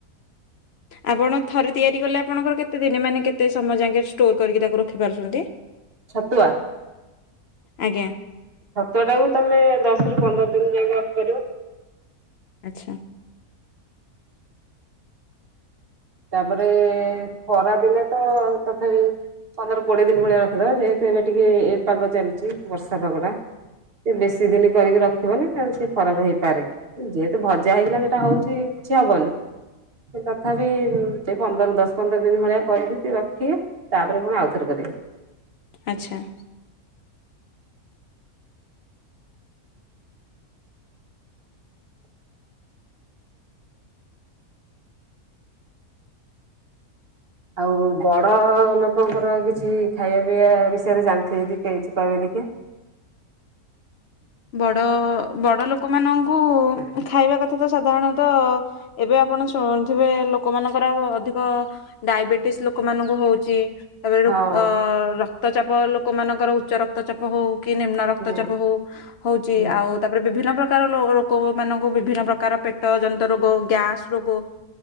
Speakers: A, on the left; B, on the right.
A: ଆପଣ ଥରେ ତିଆରି କଲେ ଆପଣଙ୍କର କେତେ ଦିନି ମାନେ କେତେ ସମୟ ଯାକେ ଷ୍ଟୋର କରିକି ତାକୁ ରଖିପାରୁଛନ୍ତି?
B: ଛତୁଆ?
A: ଆଜ୍ଞା
B: ଛତୁଆ ଟାକୁୁ ତମେ ଦଶ ରୁ ପନ୍ଦର ଦିନି ଯାଇକି ରଖିପାରିବ।
A: ଆଚ୍ଛା।
B: ତାପରେ, ଖରା ଦିନେ ତ ତଥାପି ପନ୍ଦର, କୋଡିଏ ଦିନି ଭଳିଆ ରଖିଦବା, ଯେହେତୁ ଏବେ ଟିକେ ଏ ପାଗ ଚାଲିଛି, ବର୍ଷା ପାଗ ଟା। ଏ ବେଶୀ ଦିନି କରିକି ରଖିବନି କାର ସେ ଖରାପ ହେଇପାରେ? ଯେହେତୁ ଭଜା ହେଇକିନା ସେଟା ହଉଛି କିଛି ହବନି ତଥାବି ହୁଁ ସେଇ ପନ୍ଦର ଦଶ ପନ୍ଦର ଦିନ ଭଳିଆ କରିକି ସିଏ ରଖିବେ ତାପରେ ପୁଣି ଆଉଥରେ କରିବେ।
A: ଆଚ୍ଛା।
B: ଆଉ ବଡ ଲୋକଙ୍କର କିଛି ଖାଇବା ପିଇବା ବିଷୟରେ ଜାଣିଥିବେ ଯଦି କେ କିଛି କହିବେ ଟିକେ?
A: ବଡ, ବଡ ଲୋକମାନଙ୍କୁ ଖାଇବା କ କଥା ତ ସାଧାରଣତଃ ଏବେ ଆପଣ ଶୁ ଥିବେ ଲୋକମାନଙ୍କର ଆଉ ଅଧିକ ଡାଇବେଟିସ୍ ଲୋକମାନଙ୍କୁ ହଉଛି। ଏବେ
B: ହଁ
A: ରୁ ଅ ରକ୍ତଚାପ ଲୋକମାନଙ୍କର ଉଚ୍ଚ ରକ୍ତଚାପ ହଉ, କି ନିମ୍ନ ରକ୍ତଚାପ
B: ହୁଁ
A: ହଉ, ହଉଛି
B: ହୁଁ
A: ଆଉ ତାପରେ ବିଭିନ୍ନ ପ୍ରକାର ଲୋ ଲୋକ ମାନଙ୍କୁ ବିଭିନ୍ନ ପ୍ରକାର ପେଟ ଜନିନ୍ତ ରୋଗ, ଗ୍ୟାସ ରୋଗୋ